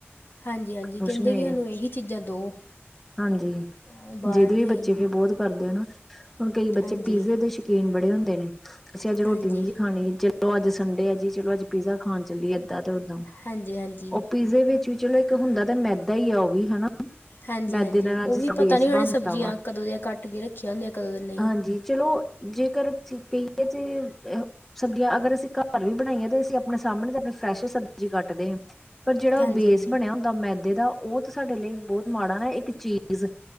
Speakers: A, on the left; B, in the centre.
A: ਹਾਂਜੀ, ਹਾਂਜੀ
B: ਖੁਸ਼
A: ਕਹਿੰਦੇ
B: ਨੇ
A: ਕਿ ਸਾਨੂੰ
B: ਇਹ
A: ਇਹੀ ਚੀਜ਼ਾਂ ਦਿਓ।
B: ਹਾਂਜੀ,
A: ਅ, ਬਾਹਰ
B: ਜਿਹਦੇ
A: ਦੀਆਂ
B: ਬੱਚੇ
A: ਹੀ
B: ਫਿਰ ਬਹੁਤ। ਕਰਦੇ ਆ ਨਾਂ ਕਈ ਬੱਚੇ
A: ਹਾਂਜੀ
B: ਪੀਜ਼ੇ ਦੇ ਸ਼ੌਕੀਨ ਬੜੇ ਹੁੰਦੇ ਨੇ ਅਸੀਂ ਅੱਜ
A: ਹਾਂਜੀ
B: ਰੋਟੀ ਨਹੀਂ ਜੀ ਖਾਣੀ। ਚਲੋ ਅੱਜ ਸੰਡੇ ਆ ਜੀ ਚਲੋ ਅੱਜ ਪੀਜ਼ਾ ਖਾਣ ਚੱਲੀਏ ਇਦਾਂ ਤੇ ਉਦਾਂ।
A: ਹਾਂਜੀ ਹਾਂਜੀ।
B: ਪੀਜ਼ੇ ਵਿੱਚ ਵੀ ਚਲੋ ਇੱਕ ਹੁੰਦਾ ਤਾਂ ਮੈਦਾ ਹੀ ਆ ਉਹ ਵੀ ਹਨਾ।
A: ਹਾਂਜੀ,
B: ਮੈਦੇ
A: ਹਾਂਜੀ
B: ਨਾਲ
A: ਉਹ
B: ਅੱਜ
A: ਵੀ
B: ਬੇਸ
A: ਪਤਾ ਨੀ
B: ਬਣਦਾ
A: ਉਹਨੇ ਸਬਜ਼ੀਆਂ
B: ਵਾ
A: ਕਦੋਂ ਦੀਆਂ ਕੱਟ ਕੇ ਰੱਖੀਆਂ ਹੁੰਦੀਆਂ। ਕਦੋਂ ਦੀਆਂ ਨਹੀਂ
B: ਹਾਂਜੀ ਚਲੋ ਜੇਕਰ ਫਿਰ ਕਹੀਏ ਜੇ। ਸਬਜ਼ੀਆਂ ਅਗਰ ਅਸੀਂ ਘਰ ਵੀ ਬਣਾਈਆਂ ਤੇ ਅਸੀਂ ਆਪਣੇ ਸਾਹਮਣੇ ਤਾਂ ਆਪਣੀ ਫਰੈਸ਼ ਸਬਜ਼ੀ ਕੱਟਦੇ ਹਾਂ। ਪਰ ਜਿਹੜਾ ਉਹ
A: ਹਾਂਜੀ
B: ਬੇਸ
A: ਹਾਂਜੀ
B: ਬਣਿਆ ਹੁੰਦਾ ਮੈਦੇ ਦਾ ਉਹ ਤਾਂ ਸਾਡੇ ਲਈ ਬਹੁਤ ਮਾੜਾ ਨਾ ਇੱਕ ਚੀਜ਼।